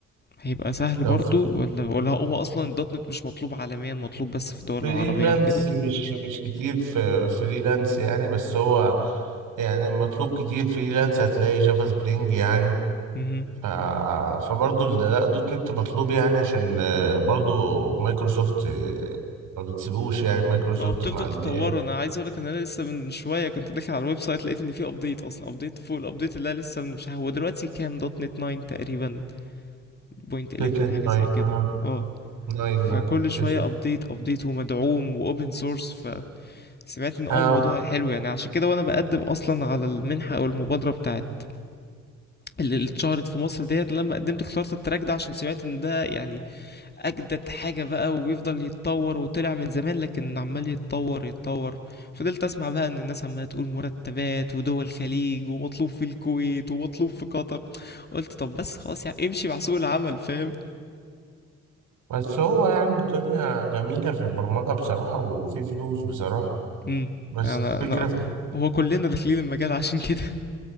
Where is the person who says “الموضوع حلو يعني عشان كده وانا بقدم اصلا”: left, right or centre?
Left